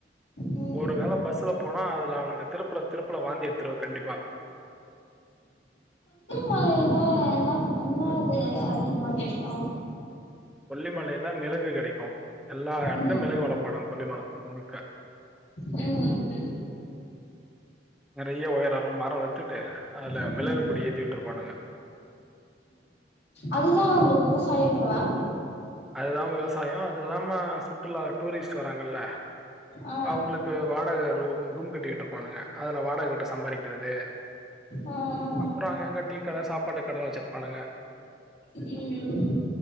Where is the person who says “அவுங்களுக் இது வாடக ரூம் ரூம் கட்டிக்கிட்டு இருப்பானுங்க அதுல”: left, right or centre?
Centre